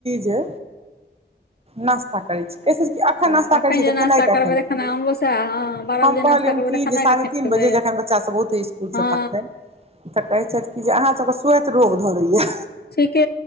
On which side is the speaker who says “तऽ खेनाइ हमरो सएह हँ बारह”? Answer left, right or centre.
Left